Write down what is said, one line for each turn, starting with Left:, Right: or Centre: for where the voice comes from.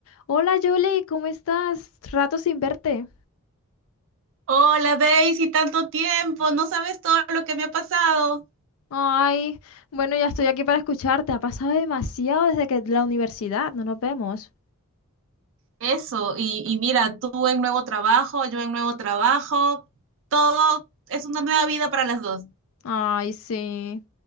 Left: Hola Julie, ¿cómo estás? Rato sin verte.
Right: Hola Daisy, tanto tiempo, no sabes todo lo que me ha pasado.
Left: Ay, bueno, ya estoy aquí para escucharte. Ha pasado demasiado desde que la universidad, no nos vemos.
Right: Eso, y, y mira, tú en nuevo trabajo, yo en nuevo trabajo, todo es una nueva vida para las dos.
Left: Ay, sí.